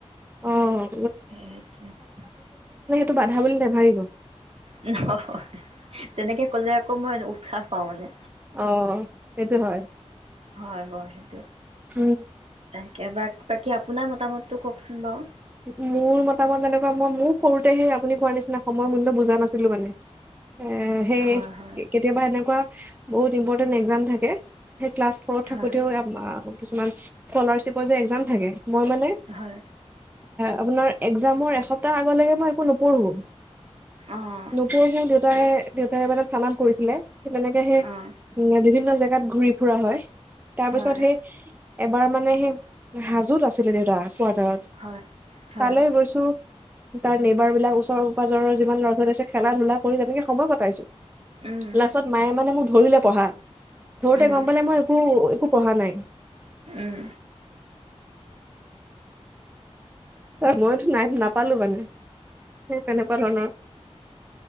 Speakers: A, on the right (about 15°); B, on the right (about 60°).
A: অ',
B: সেইটো
A: টো বাধা বুলি নাভাবিব
B: <unintelligible> অ তেনেকে কলে আকৌ মই উৎসাহ পাওঁ মানে
A: আহ সেইটো হয়
B: হয় বাৰু সেইটো
A: উ
B: <unintelligible> বাকী আপোনাৰ মতামতটো কওকচোন বাৰু
A: মোৰ মতামত এনেকুৱা মই মোৰ সৰুতে সেই আপুনি কোৱাৰ নিচিনা সময় মূল্য বুজা নাছিলো মানে এ সেই
B: হয় হয়
A: কেতিয়াবা এনেকুৱা বহুত ইম্পৰ্টেণ্ট এক্সাম থাকে সেই ক্লাছ ফৰত থাকোতেও
B: হয়
A: কিছুমান স্কলাৰশ্বিপৰ যে এক্জাম থাকে মই মানে
B: হয়
A: আপোনাৰ এক্সামৰ এসপ্তাহ আগলেকে মই একো নপঢ়ো
B: অঁ
A: নপঢ়োঁ দেউতাই দেউতাইবাৰে চালান কৰিছিলে তেনেকে সে
B: অঁ
A: উ বিভিন্ন জেগাত ঘূৰি ফুৰা হয় তাৰপিছত
B: হয়
A: সেই এবাৰ মানে সেই হাজোত আছিলে দেউতা কোৱাটাৰত
B: হয় হয়
A: তালৈ গৈছোঁ তাৰ নেবাৰ বিলাক ওচৰ পাজৰ যিমান লৰাোৱালীছে খেলা ধূলা কৰি তেনেকে সময় কটাইছোঁ
B: উম
A: লস্তত মায়ে মানে মোক ধৰিলে পঢ়া থৰতে
B: উম
A: গম
B: উম
A: পালে মই একো একো পঢ়া নাই <inaudible>
B: উম
A: মইতো নাই নাপালো মানে সেই তেনেকুৱা ধৰণৰ